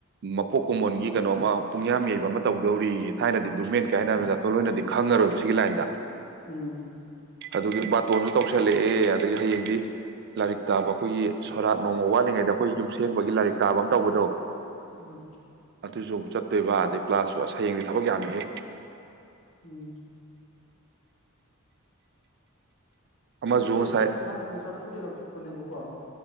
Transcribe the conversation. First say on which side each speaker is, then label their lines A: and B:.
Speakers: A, on the right; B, on the left.
A: ꯃꯄꯣꯛ ꯀꯨꯝꯃꯣꯟꯒꯤ ꯀꯩꯅꯣꯝꯃ꯫ ꯄꯨꯡꯌꯥꯝ ꯌꯩꯕ ꯑꯃ ꯇꯧꯗꯧꯔꯤ꯫ ꯊꯥꯏꯅꯗꯤ꯫ <unintelligible> ꯃꯦꯟ ꯀꯥꯏꯅꯒ
B: ꯎꯝ
A: ꯍꯣꯏꯅꯗꫭ ꯑꯈꫭꯏꯂꫭꯏꯅꯗꯤ ꯈꯪꯉꯔꯣꯏꯕ ꯁꯤꯒꯤ ꯂꯥꯏꯟꯗ
B: ꯎꯝ
A: ꯑꯗꯨꯒꯤ ꯕꯥꯇꯣꯟꯁꯨ ꯇꯧꯁꯜꯂꯛꯑꯦ ꯑꯗꯒꯤ ꯍꯌꯦꯡꯗꯤ ꯂꯥꯏꯔꯤꯛ ꯇꯥꯕ ꯑꯩꯈꯣꯏꯒꯤ ꯐꯣꯔꯥ ꯅꯣꯡꯃ ꯋꯥꯠꯂꯤꯉꯩꯗ ꯑꯩꯈꯣꯏ ꯌꯨꯝꯁꯦꯡꯕꯒꯤ ꯂꯥꯏꯔꯤꯛ ꯇꯥꯕ ꯑꯃ ꯇꯧꯕꯗꯣ
B: ꯎꯝ
A: ꯑꯗꯨꯁꯨ ꯆꯠꯇꫭꯏꯕ ꯑꯗꯩ ꯀ꯭ꯂꯥꯁꯁꯨ ꯁꯌꯦꯡꯗꯤ ꯊꯕꯛ ꯌꯥꯝꯃꯤꯍꯦ
B: ꯎꯝ
A: ꯑꯃꯁꯨ
B: ꯁꯤꯗꯩ ꯁꯤꯗ
A: ꯉꯁꯥꯏ
B: ꯏꯁꯤꯡ ꯑꯁꯥꯕꯁꯦ ꯆꯐꯨꯗꯩ ꯂꯧꯊꯣꯛ ꯎꯅꯩꯕ ꯀꯣ